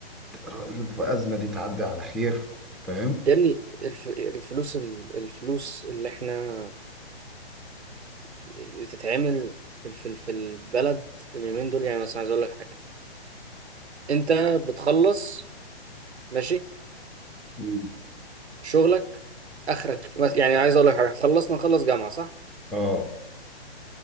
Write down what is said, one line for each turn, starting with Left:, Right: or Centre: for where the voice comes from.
Centre: ر- الازمه دي تعدي على خير فاهم
Right: يا ابني الف... الفلوس ال- الفلوس اللي احنا بتتعمل في في في البلد اليومين دول يعني مثلا عايز اقول لك حاجه انت بتخلص ماشي
Centre: مم.
Right: شغلك اخرك بس يعني عايز اقول لك حاجه خلصنا نخلص جامعه صح
Centre: اه